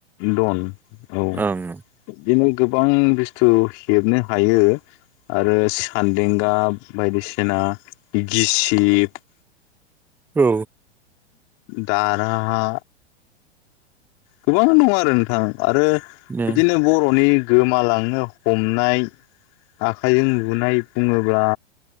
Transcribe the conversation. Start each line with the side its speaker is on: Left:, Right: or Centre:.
Left: दन औ
Centre: औं।
Left: बिदिनो गोबां बुस्थु हेबनो हायो। आरो सान्देंगा बायदिसिना गिसिब
Centre: औ।
Left: दारहा गोबां दं आरो नोंथां आरो
Centre: औ
Left: बिदिनो बर'नि गोमालांनो हमनाय। आखाइजों लुनाय बुङोब्ला